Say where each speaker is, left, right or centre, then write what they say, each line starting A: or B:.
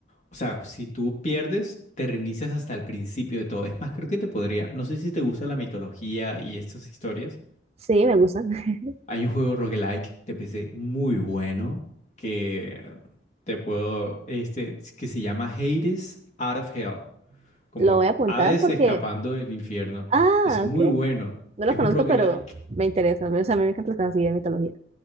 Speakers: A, on the left (about 40°); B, on the right (about 35°).
A: O sea, si tú pierdes, te reinicias hasta el principio de todo. Es más, creo que te podría. No sé si te gusta la mitología y estas historias.
B: Sí, me gusta. <laughs>
A: Hay un juego roguelike de PC muy bueno que te puedo, este, que se llama Hades Out of Hell, como
B: Lo voy a apuntar
A: Hades
B: porque,
A: escapando del infierno.
B: ah,
A: Es muy
B: ok.
A: bueno.
B: No lo
A: Es
B: conozco,
A: un roguelike
B: pero me interesa. o sea a mí me encantan las cosas así de mitología.